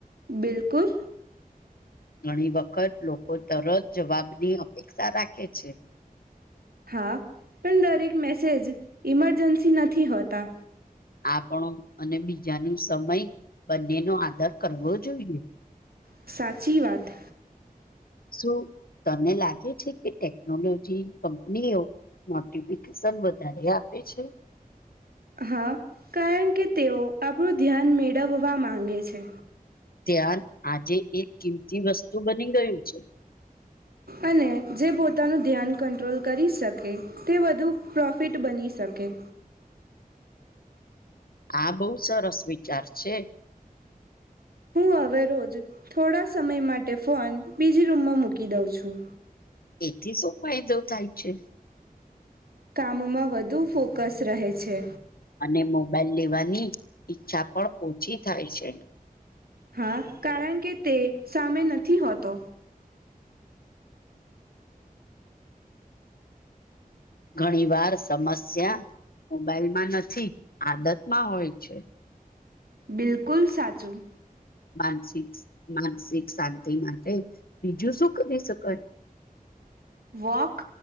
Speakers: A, on the right (about 85°); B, on the left (about 75°).
A: બિલકુલ.
B: ઘણી વખત લોકો તરત જવાબની અપેક્ષા રાખે છે.
A: હા! પણ દરેક મેસેજ ઇમરજન્સી નથી હોતા.
B: આપણો અને બીજા નો સમય બંને નો આદાર કરવો જોઈએ.
A: સાચી વાત.
B: શું તને લાગે છે કે ટેકનોલોજી કંપનીઓ નોટિફિકેશન વધારે આપે છે?
A: હા, કારણ કે તેઓ આપણું ધ્યાન મેળવવા માંગે છે.
B: ધ્યાન આજે એક કિંમતી વસ્તુ બની ગયું છે.
A: અને જે પોતાનું ધ્યાન કંટ્રોલ કરી શકે તે વધુ પ્રોફિટ બની શકે.
B: આ બહુ સરસ વિચાર છે.
A: હું હવે રોજ થોડા સમય માટે ફોન બીજી રૂમમાં મૂકી દઉં છું.
B: એથી શું ફાયદો થાય છે?
A: કામમાં વધુ ફોકસ રહે છે.
B: અને મોબાઈલ લેવાની ઈચ્છા પણ ઓછી થાય છે.
A: હા! કારણ કે તે સામે નથી હોતો.
B: ઘણી વાર સમસ્યા મોબાઈલમાં નથી, આદતમાં હોય છે.
A: બિલકુલ સાચું.
B: માનસિક માનસિક શાંતિ માટે બીજું શું કરી શકાય?
A: વૉક.